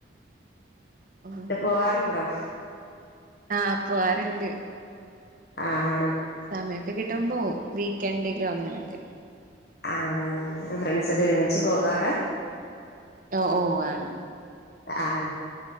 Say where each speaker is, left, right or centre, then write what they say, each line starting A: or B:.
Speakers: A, on the right (about 45°); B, on the left (about 55°).
A: ഓ
B: ട്ട് പോവാറുണ്ടോ
A: ആഹ് പോവാറ്ണ്ട്
B: ആഹ് ആണോ
A: സമയമൊക്കെ കിട്ടുമ്പോ വീക്കെൻഡിലോ അങ്ങനൊക്കെ
B: ആഹ് ഫ്രണ്ട്സൊക്കെ ഒരുമിച്ച് പോകാറാ
A: ഓ ഓ ആഹ്
B: ആണോ